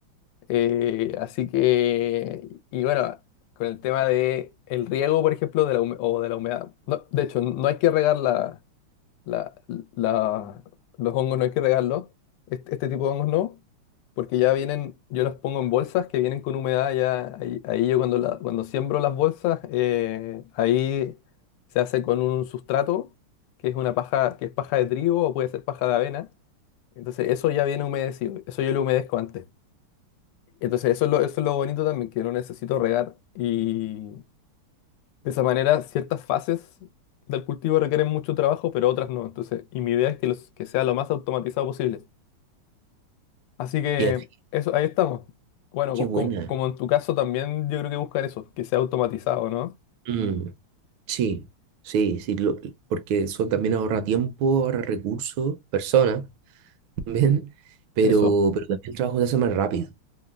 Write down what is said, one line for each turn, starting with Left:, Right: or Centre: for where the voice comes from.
Left: Eh, así que, y bueno, con el tema de el riego, por ejemplo, de la hume- o de la humedad. no, de hecho, no hay que regar la, la- la- los hongos, no hay que regarlos. Este, este tipo de hongos no, porque ya vienen, yo los pongo en bolsas que vienen con humedad. Ya ahí, ahí yo cuando, la- cuando siembro las bolsas, eh, ahí se hace con un sustrato que es una paja, que es paja de trigo o puede ser paja de avena. Entonces, eso ya viene humedecido. Eso yo lo humedezco antes. Entonces, eso es lo, eso es lo bonito también, que no necesito regar. Y de esa manera, ciertas fases del cultivo requieren mucho trabajo, pero otras no. Entonces, y mi idea es que, los, que sea lo más automatizado posible. Así que
Right: Y así,
Left: eso, ahí estamos. Bueno,
Right: qué
Left: co-
Right: buena.
Left: co- como en tu caso también yo creo que buscan eso, que sea automatizado, ¿no?
Right: Mm, sí, sí, sí. lo- porque eso también ahorra tiempo, ahorra recursos, personas. también, pero,
Left: Eso,
Right: pero también el trabajo se hace más rápido,